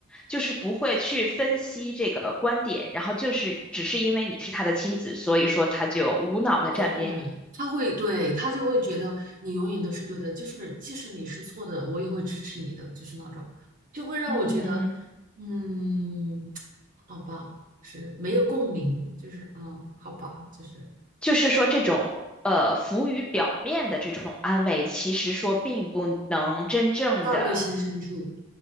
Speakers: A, in the centre; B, on the right (about 40°).
A: 就是不会去分析这个观点，然后就是只是因为你是他的妻子，所以说他就无脑的站边你。
B: 对，他会对他就会觉得你永远都是对的，就是即使你是错的，我也会支持你的，就是那种，就会让我觉得，
A: 嗯，
B: 嗯，好吧，是没有共鸣，就是嗯，好吧，就是
A: 就是说这种呃浮于表面的这种安慰，其实说并不能真正的。
B: 到内心深处。